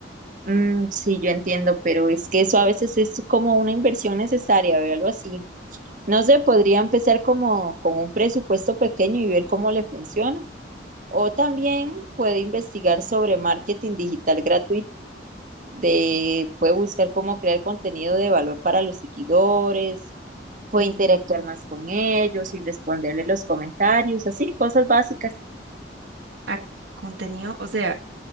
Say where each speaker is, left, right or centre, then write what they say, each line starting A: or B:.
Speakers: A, on the right; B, on the right.
A: Mm, sí, yo entiendo, pero es que eso a veces es como una inversión necesaria, véalo así. No sé, podría empezar como con un presupuesto pequeño y ver cómo le funciona. O también puede investigar sobre marketing digital gratuito, de, puede buscar cómo crear contenido de valor para los seguidores, puede
B: Mm.
A: interactuar más con ellos y responderle los comentarios, así, cosas básicas.
B: a contenido, o sea,